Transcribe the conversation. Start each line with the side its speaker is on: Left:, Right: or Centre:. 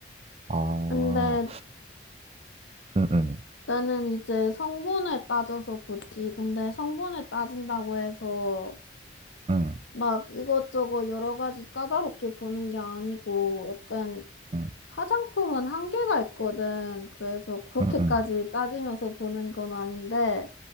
Right: 아,
Left: 근데
Right: 음, 음,
Left: 나는 이제 성분을 따져서 보지. 근데 성분을 따진다고 해서
Right: 음,
Left: 막 이것저것 여러 가지 까다롭게 보는 게 아니고 약간
Right: 음,
Left: 화장품은 한계가 있거든. 그래서 그렇게까지
Right: 음, 음,
Left: 따지면서 보는 건 아닌데